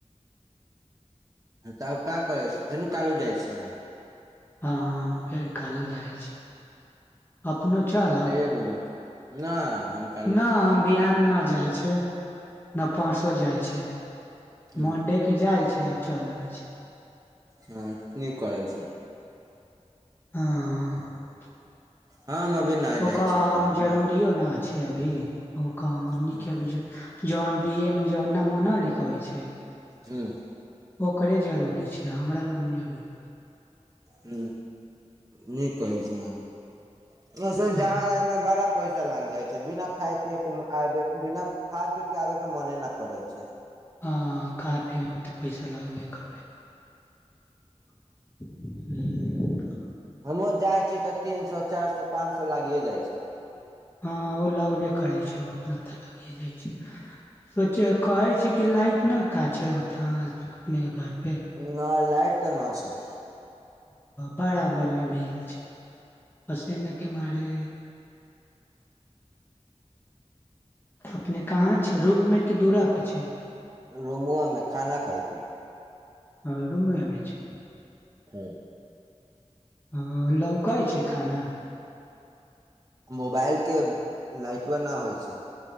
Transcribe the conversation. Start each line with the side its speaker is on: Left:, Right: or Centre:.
Right: तऽ आब का करै छी फेन कालू जाइ छीय अहाँ
Left: हँ फेर कलो जाइ छी अपनो चल <unintelligible>
Right: <unintelligible> नहि
Left: न बिहान न जाइ छै न परसो जाइ छै
Right: हूं
Left: मंडे के जाइ छै आ चल अबै छै
Right: हँ की करै छै
Left: हँ
Right: हम अभी न जाइ
Left: ओक आम
Right: छी कही
Left: जरूरो
Right: बा
Left: न छै अभी ओक आम न
Right: ह्म
Left: के अभी जौन बी ए मे जन नामो नहि लिख होइ छै
Right: हूं
Left: ओकरे जरुरी छै हमरा न जरूरी छै
Right: ह न कहै छी अहाँ जादायमे
Left: हँ
Right: बड़ा पैसा लागि जाइ छै बिना खाद्यान्न पियएके आ बिना खा पीके आबे के मने न करै छै
Left: आ खाय पीअत पैसा लागत ह <inaudible>
Right: हमों जाइ छी तऽ तीन सए चारि सए पांच सए लागिए जाइ छै
Left: ह, ओ लगबे करे छै। उतना ते जाइ छै। सोचे कहै छै। कि लाइट कितना काँचे होता हँ अपने घर पे <unintelligible>
Right: न, लाइट तऽ न छै।
Left: बड़ा गर्मी भेल छै। पसीनाे के मारे अपने कहाँ छै? रूप मे कि दूरा पे छै
Right: रुमुआमे खाना खाय छै
Left: हँ, रूममे छै।
Right: हूँ
Left: ह, लौका छै खाना?
Right: मोबाइलके लाइटो न होइ छै।